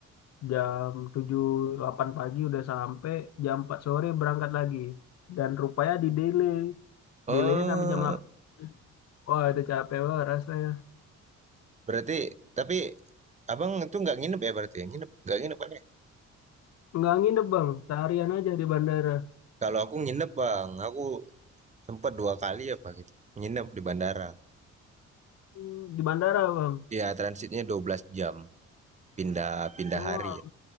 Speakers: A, on the left (about 60°); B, on the right (about 25°).
A: jam 7 8 pagi udah sampai jam 4 sore berangkat lagi dan rupanya di delay delaynya
B: Eh,
A: sampai jam delapan wah itu capek banget rasanya
B: berarti tapi Abang itu nggak nginep ya berarti ya? Nginep, nggak nginep kan ya?
A: nggak nginep bang seharian aja di bandara
B: Kalau aku nginep, Bang. Aku sempat dua kali apa gitu. Nginep di bandara.
A: Oh, di bandara bang
B: Ya, transitnya 12 jam. Pindah pindah
A: wah
B: hari ya.